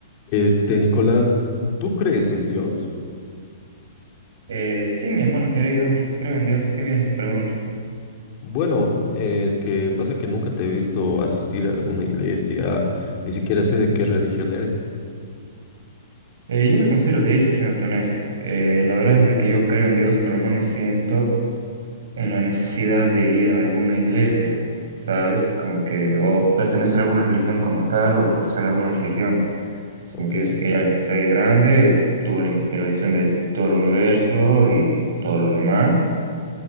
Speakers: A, on the left (about 35°); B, on the right (about 70°).
A: Este, Nicolás, ¿tú crees en Dios?
B: Eh, sí, mi hermano querido, creo en Dios. ¿A qué viene esa pregunta?
A: Bueno, eh, es que pasa que nunca te he visto asistir a alguna iglesia, ni siquiera sé de qué religión eres.
B: Eh, yo me considero deísta, siéndote honesto. Eh, la verdad es de que yo creo en Dios, pero no me siento en la necesidad de ir a alguna iglesia, ¿sabes? Es como que, o pertenecer a alguna religión como tal, o profesar alguna religión. Es
A: Ok,
B: como que yo sé que hay alguien que está ahí grande, tuvo la intervención de todo el universo y todo lo demás,